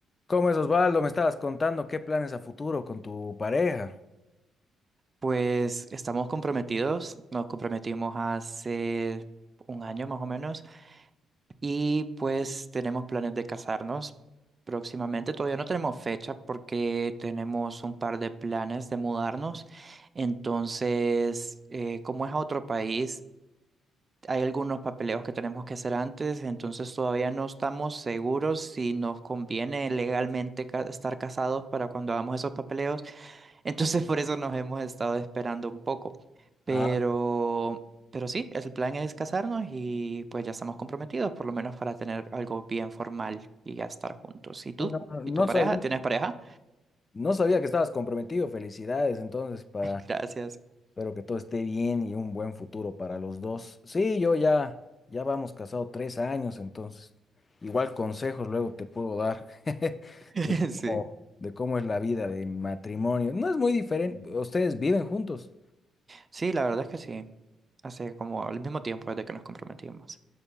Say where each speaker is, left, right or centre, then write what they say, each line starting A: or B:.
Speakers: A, on the left (about 30°); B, on the right (about 30°).
A: ¿Cómo es, Osvaldo? Me estabas contando qué planes a futuro con tu pareja.
B: Pues estamos comprometidos, nos comprometimos hace un año más o menos y pues tenemos planes de casarnos próximamente. Todavía no tenemos fecha porque tenemos un par de planes de mudarnos. Entonces, eh, como es a otro país, hay algunos papeleos que tenemos que hacer antes, entonces todavía no estamos seguros si nos conviene legalmente ca- estar casados para cuando hagamos esos papeleos. Entonces <laughs> por eso nos hemos estado esperando un poco. Pero,
A: Ah,
B: pero sí, el plan es casarnos y pues ya estamos comprometidos, por lo menos para tener algo bien formal y ya estar juntos. ¿Y tú?
A: no, no- no
B: ¿Y tu pareja?
A: sabía,
B: ¿Tienes pareja?
A: no sabía que estabas comprometido. Felicidades, entonces, para,
B: <laughs> Gracias.
A: espero que todo esté bien y un buen futuro para los dos. Sí, yo ya, ya vamos casado tres años, entonces, igual consejos luego te puedo dar <laughs>
B: <laughs>
A: de
B: Sí.
A: cómo, de cómo es la vida de matrimonio. No es muy diferente. ¿Ustedes viven juntos?
B: Sí, la verdad es que sí. Hace como al mismo tiempo desde que nos comprometimos.